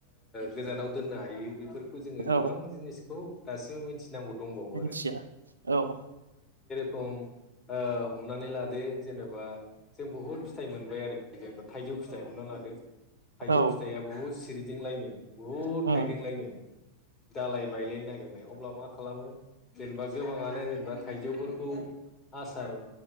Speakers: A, on the left (about 20°); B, on the right (about 75°).
A: गोजानाव दोननो हायो बेफोरखौ जोङो
B: औ
A: गोबां जिनिखौ दासिमबो मिथि गौ दंबावो
B: मिथिया
A: आरो
B: औ
A: <inaudible> ओम हमनानै लादो जेनेबा जों बहुत फिथाइ मोनबाय आरोखि जेनेबा थाइजौ फिथाइ हमना लादो थाइजौ
B: औ
A: फिथाइया बहुद सिरि दिंलायनो बहुद
B: उम
A: थाइदोंलायनो दालाय बायलायनो नागिरनाय अब्ला मा खालामो जेनेबा गोबाङानो जेनेबा थाइजौफोरखौ आसार